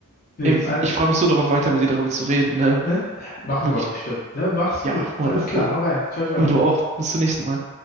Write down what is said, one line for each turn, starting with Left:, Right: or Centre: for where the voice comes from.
Left: Deswegen,
Right: Ey,
Left: all-
Right: ich freue mich so darauf, weiter mit dir darüber zu reden, ne?
Left: ne? Machen
Right: Wirklich,
Left: wir bestimmt. Ne? Mach's gut.
Right: ja, hundert
Left: Alles klar,
Right: Pro.
Left: hau rein. Ciao, ciao.
Right: Du, du auch. Bis zum nächsten Mal.